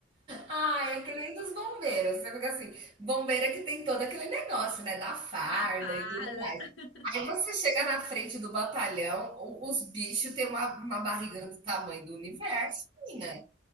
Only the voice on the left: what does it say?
dá farda.
<laughs>